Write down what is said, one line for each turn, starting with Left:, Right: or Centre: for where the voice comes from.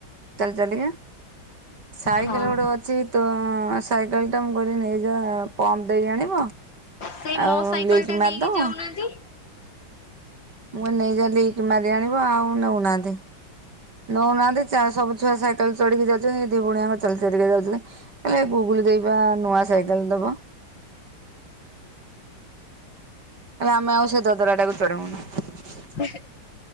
Right: ଚାଲ ଚାଲଲିକା ସାଇକେଲ
Left: ହଁ
Right: ଗୋଟେ ଅଛି ତଅ ସାଇକେଲଟା ମୁଁ କହିଲି ନେଇଯାଅ ପମ୍ପ୍ ଦେଇ ଆଣିବ।
Left: ସେଇ
Right: ଆଉ
Left: ମୋ ସାଇକେଲ
Right: ଲିକ୍
Left: ଟା
Right: ମାରିଦବ
Left: ନେଇକି ଯାଉନାହାନ୍ତି।
Right: ମୁଁ ନେଇ ଗଲି ମାରି ଆଣିବ ଆଉ ନେଉନାହାନ୍ତି। ନଉନାହାନ୍ତି ଚା ସବୁ ଛୁଆ ସାଇକେଲ ଚଢିକି ଯାଉଛନ୍ତି ଏ ଦି ଭଉଣୀ ଆମର ଚାଲ ଚାଲଲିକା ଯାଉଛନ୍ତି। ଏ ଗୁଗୁଲି ଦେଇବା ନୂଆ ସାଇକେଲ ଦବ। କଲା ଆମେ ଆଉ ସେ ଦଦରା ଟାକୁ ଚଢିବୁନୁ।
Left: <inaudible>